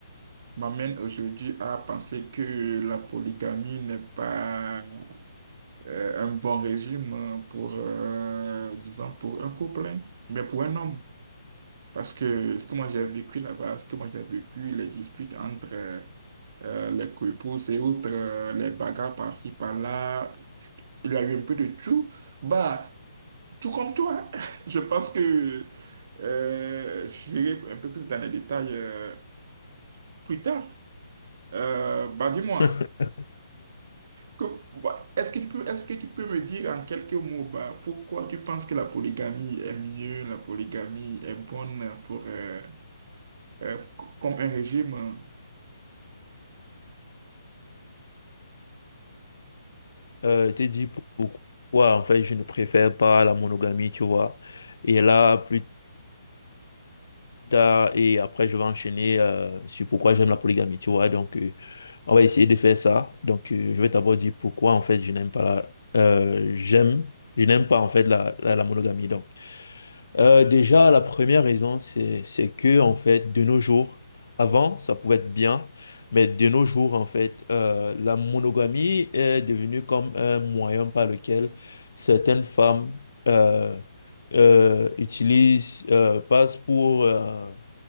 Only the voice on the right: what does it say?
m'amène aujourd'hui à penser que la polygamie n'est pas euh, un bon régime euh, pour, euh, disons, pour un couple, hein, mais pour un homme. Parce que ce que moi j'ai vécu là-bas, ce que moi j'ai vécu, les disputes entre euh, euh, les couples et autres, euh, les bagarres par-ci, par-là, il y a eu un peu de tout. Bah, tout comme toi. <laughs> Je pense que euh, j'irai un peu plus dans les détails euh, plus tard. Euh, bah, dis-moi,
Que- bah, Est-ce que tu peux, est-ce que tu peux me dire en quelques mots, bah, pourquoi tu penses que la polygamie est mieux, la polygamie est bonne pour, euh, euh, comme un régime?